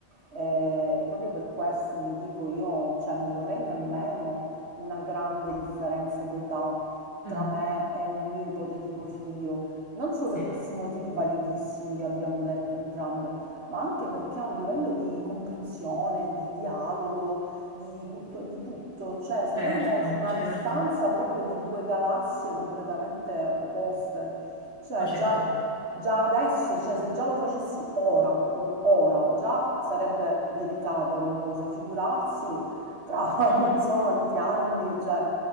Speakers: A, on the right (about 90°); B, on the left (about 15°).
A: E proprio per questo mi dico io, cioè non vorrei nemmeno una grande differenza d'età tra
B: Mm,
A: me e un mio ipotetico figlio, non solo
B: sì,
A: per questi motivi validissimi che abbiamo detto entrambe, ma anche perché a un livello di comprensione, di dialogo, di, cultu- di tutto, cioè saremmo
B: certo,
A: su una
B: certo,
A: distanza proprio di due galassie completamente opposte. Cioè,
B: ma certo.
A: già già adesso, cioè se già lo facessi ora, proprio ora, già sarebbe delicata come cosa, figurarsi tra
B: Mhm,
A: <laughs> non so quanti anni, cioè